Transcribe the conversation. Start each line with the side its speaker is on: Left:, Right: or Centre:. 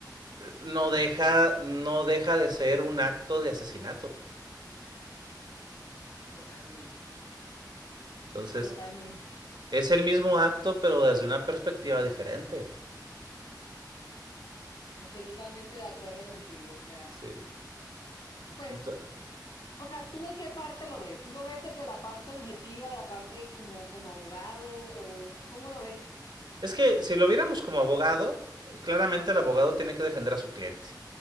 Right: eh, no deja, no deja de ser un acto de asesinato.
Left: Totalmente,
Right: Entonces,
Left: totalmente.
Right: es el mismo acto, pero desde una perspectiva diferente.
Left: Estoy totalmente de acuerdo contigo. O sea,
Right: Sí.
Left: pues
Right: Entonces,
Left: O sea, ¿tú de qué parte lo ves? ¿Tú lo ves desde la parte objetiva, de la parte como, como abogado o cómo lo ves tú?
Right: es que si lo viéramos como abogado, claramente el abogado tiene que defender a su cliente.